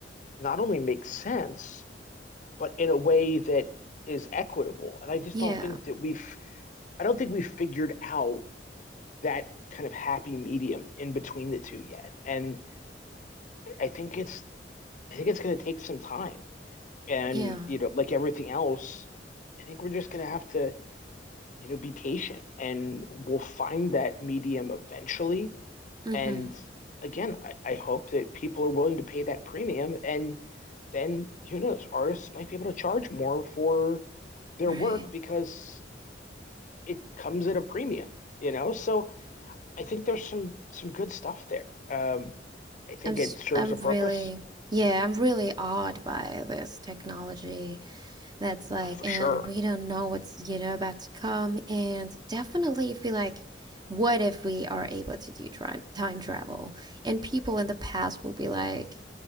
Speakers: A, on the left; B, on the right.
A: not only makes sense, but in a way that is equitable? And I just
B: Yeah.
A: don't think that we've I don't think we've figured out that kind of happy medium in between the two yet. And I think it's I think it's going to take some time. And,
B: Yeah.
A: you know, like everything else, I think we're just going to have to you know, be patient and we'll find that medium eventually.
B: Mm
A: And
B: hmm.
A: again, I, I hope that people are willing to pay that premium. And then who knows, artists might be able to charge more for their
B: Right.
A: work because it comes at a premium, you know? So I think there's some some good stuff there. Um, I think
B: I'm,
A: it serves
B: i I'm
A: a purpose.
B: really, yeah, I'm really awed by this technology. that's like,
A: Oh, for
B: and
A: sure.
B: we don't know what's, you know, about to come. And definitely feel like, what if we are able to do tri- time travel? And people in the past will be like,